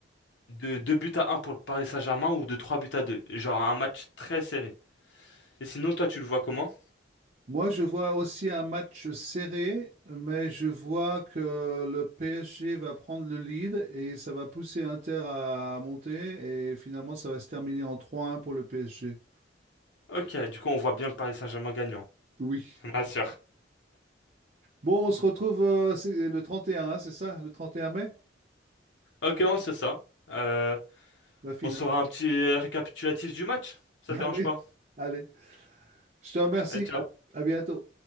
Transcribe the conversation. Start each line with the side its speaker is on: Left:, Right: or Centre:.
Left: de 2 buts à un pour le Paris Saint-Germain ou de 3 buts à 2. Genre un match très serré. Et sinon, toi, tu le vois comment?
Right: Moi, je vois aussi un match serré, mais je vois que le PSG va prendre le lead et ça va pousser Inter à monter et finalement ça va se terminer en trois un pour le PSG.
Left: Ok, du coup, on voit bien le Paris Saint-Germain gagnant.
Right: Oui.
Left: Ça me rassure.
Right: Bon, on se retrouve euh, c'est le 31, hein, c'est ça, le 31 mai,
Left: Ok, on sait ça. Euh,
Right: la finale.
Left: on saura un petit récapitulatif du match. Ça
Right: <laughs>
Left: te dérange
Right: Allez,
Left: pas?
Right: allez. Je te remercie.
Left: Et
Right: à à bientôt.